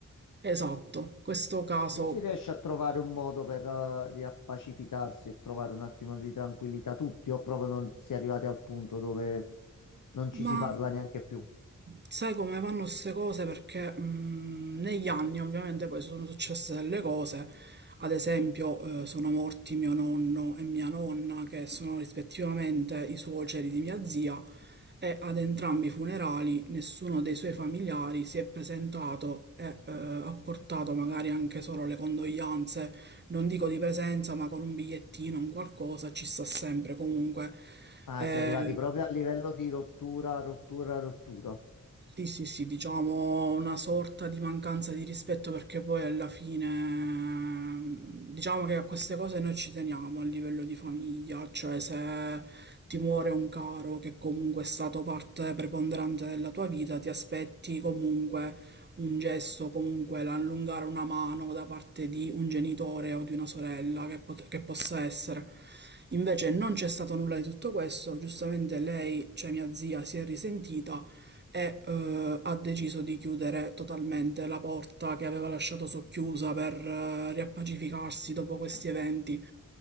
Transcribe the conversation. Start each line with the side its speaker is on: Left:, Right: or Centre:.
Right: Esatto, questo caso
Left: Non si riesce a trovare un modo per eh, riappacificarsi e trovare un attimo di tranquillità tutti, o proprio non si è arrivati al punto dove non ci si
Right: Ma
Left: parla neanche più.
Right: sai come vanno queste cose? Perché mh, negli anni ovviamente poi sono successe delle cose, ad esempio eh, sono morti mio nonno e mia nonna, che sono rispettivamente i suoceri di mia zia, e ad entrambi i funerali nessuno dei suoi familiari si è presentato e eh, ha portato magari anche solo le condoglianze, non dico di presenza, ma con un bigliettino, un qualcosa, ci sta sempre comunque.
Left: Ah,
Right: Eh,
Left: si è arrivati proprio a livello di rottura, rottura, rottura.
Right: sì, sì, sì, diciamo una sorta di mancanza di rispetto perché poi alla fine mm, diciamo che a queste cose noi ci teniamo a livello di famiglia, cioè se ti muore un caro che comunque è stato parte preponderante della tua vita, ti aspetti comunque un gesto, comunque l'allungare una mano da parte di un genitore o di una sorella che, pot- che possa essere. Invece non c'è stato nulla di tutto questo, giustamente lei, cioè mia zia, si è risentita e eh, ha deciso di chiudere totalmente la porta che aveva lasciato socchiusa per eh, riappacificarsi dopo questi eventi.